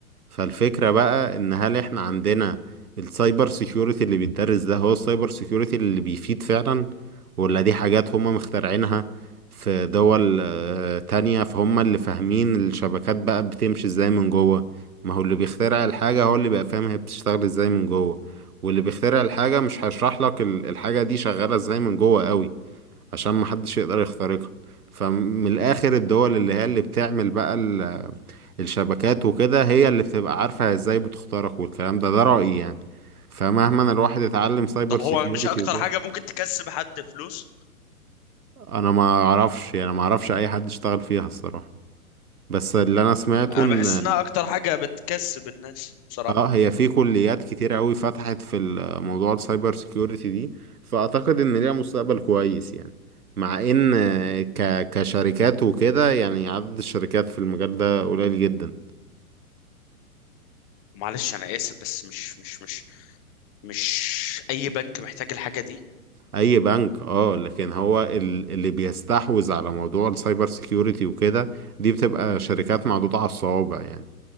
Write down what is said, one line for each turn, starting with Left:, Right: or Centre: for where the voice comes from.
Right: فالفكرة بقى ان هل احنا عندنا السايبر سيكيورتي اللي بيتدرس ده هو السايبر سيكيورتي اللي بيفيد فعلا ولا دي حاجات هم مخترعينها في دول آه، تانية فهم اللي فاهمين الشبكات بقى بتمشي ازاي من جوه ما هو اللي بيخترع الحاجة هو اللي بقى فاهم هي بتشتغل ازاي من جوه واللي بيخترع الحاجة مش هيشرح لك ال- الحاجة دي شغالة ازاي من جوه قوي عشان محدش يقدر يخترقها فمن الآخر الدول اللي هي اللي بتعمل بقى ال الشبكات وكده هي اللي بتبقى عارفة ازاي بتخترق والكلام ده ده رأيي يعني فمهما الواحد اتعلم سايبر
Left: طب
Right: سيكيورتي
Left: هو مش اكتر
Right: وكده
Left: حاجة ممكن تكسب حد فلوس
Right: انا ما اعرفش يعني ما اعرفش اي حد اشتغل فيها الصراحة بس اللي انا سمعته
Left: انا
Right: ان
Left: بحس انها اكتر حاجه بتكسب الناس بصراحه
Right: اه هي في كليات كتير قوي فتحت في موضوع السايبر سيكيورتي دي فاعتقد ان ليها مستقبل كويس يعني مع ان ك... كشركات وكده يعني عدد الشركات في المجال ده قليل جدا
Left: معلش انا اسف بس مش مش مش مش اي بنك محتاج الحاجه دي
Right: اي بنك اه لكن هو ال- اللي بيستحوذ على موضوع السايبر سيكيورتي وكده دي بتبقى شركات معدودة على الصوابع يعني